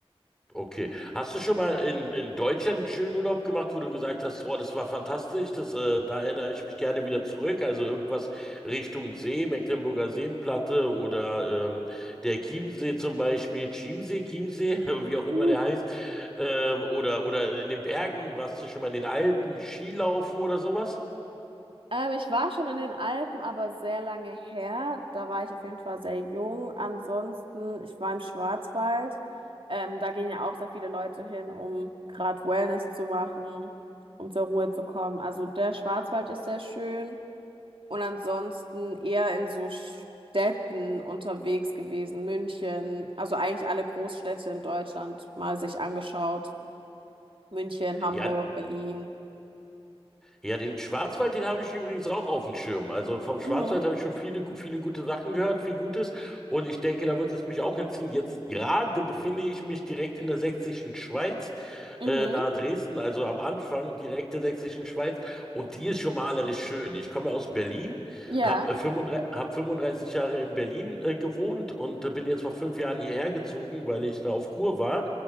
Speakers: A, in the centre; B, on the right.
A: Okay. Hast du schon mal in, in Deutschland einen schönen Urlaub gemacht, wo du gesagt hast, oh, das war fantastisch, das, äh, da erinnere ich mich gerne wieder zurück. Also irgendwas Richtung See, Mecklenburger Seenplatte oder ähm, der Chiemsee zum Beispiel, Chiemsee, Chiemsee, <laughs> wie auch
B: <laughs>
A: immer der heißt, ähm, oder, oder in den Bergen, warst du schon mal in den Alpen, Skilaufen oder sowas?
B: Ähm, ich war schon in den Alpen, aber sehr lange her. Da war ich auf jeden Fall sehr jung. Ansonsten, ich war im Schwarzwald. Ähm, da gehen ja auch sehr viele Leute hin, um gerade Wellness zu machen, um zur Ruhe zu kommen. Also der Schwarzwald ist sehr schön. Und ansonsten eher in so Städten unterwegs gewesen. München, also eigentlich alle Großstädte in Deutschland mal sich angeschaut. München, Hamburg,
A: Ja,
B: Berlin.
A: Ja, den Schwarzwald, den habe ich übrigens auch auf dem Schirm. Also vom Schwarzwald
B: Mhm,
A: habe ich schon viele, gu- viele gute Sachen gehört, viel Gutes. Und ich denke, da wird es mich auch hinziehen. Jetzt gerade befinde ich mich direkt in der sächsischen Schweiz,
B: mhm,
A: äh, nahe Dresden, also am Anfang direkt der sächsischen Schweiz. Und die ist schon malerisch schön. Ich komme ja aus Berlin,
B: ja.
A: habe 35, hab 35 Jahre in Berlin, äh, gewohnt und äh, bin jetzt vor fünf Jahren hierher gezogen, weil ich da auf Kur war.